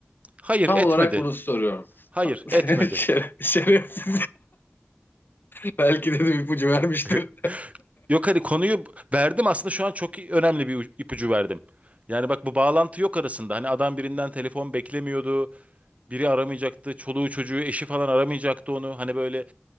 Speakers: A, on the right (about 35°); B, on the left (about 55°).
A: Hayır
B: Tam
A: etmedi.
B: olarak bunu soruyorum.
A: Hayır
B: <laughs>
A: etmedi.
B: Şere- Şerefsiz. <laughs> Belki de bir ipucu vermiştir.
A: <laughs> Yok hani konuyu verdim aslında şu an çok iyi- önemli bir u- ipucu verdim. Yani bak bu bağlantı yok arasında. Hani adam birinden telefon beklemiyordu. Biri aramayacaktı. Çoluğu çocuğu eşi falan aramayacaktı onu. Hani böyle